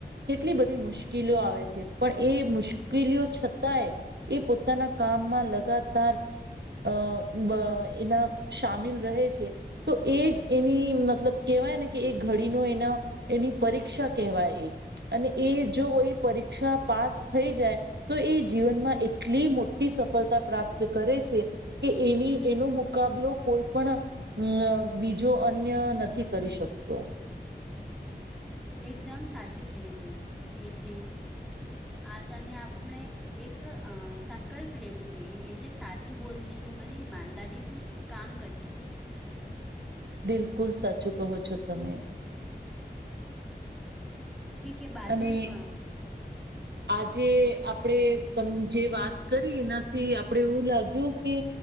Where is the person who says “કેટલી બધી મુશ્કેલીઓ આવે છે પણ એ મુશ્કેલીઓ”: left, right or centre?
Right